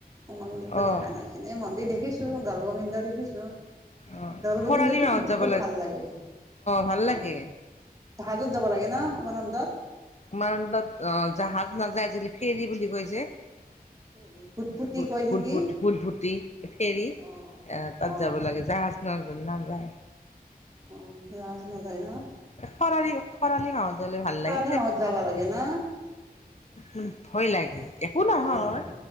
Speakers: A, on the right (about 20°); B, on the left (about 45°).
A: উমানন্দতো
B: অ',
A: দেখা নাই এনেই মন্দিৰ দেখিছোঁ। <unintelligible> দৌলগোবিন্দ দেখিছোঁ।
B: অ',
A: দৌলগোবিন্দটো
B: খৰালি মাহত
A: বহুত
B: যাব
A: ভাল লাগে
B: ভাল
A: অ
B: লাগে
A: জাহাজত। যাব লাগে না উমানন্দত।
B: উমানন্দত অ জাহাজ নাযায় আজিকালি ফেৰী বুলি কয় যে।
A: হেৰি ফুটফুটি
B: ভূত
A: কয়
B: ভুট ভূত
A: নেকি
B: ভূত ভূতভূতি ফেৰী
A: অ
B: আ তাত
A: অ
B: যাব লাগে জাহাজ নহয়। জনা যায়।
A: অ জাহাজ নাযায় ন
B: খৰালি খৰালি হাহত গ'লে ভাল লাগি।
A: ই মাহত যাব লাগে না।
B: উম ভয় লাগে। একো নহয়
A: ভয় লাগে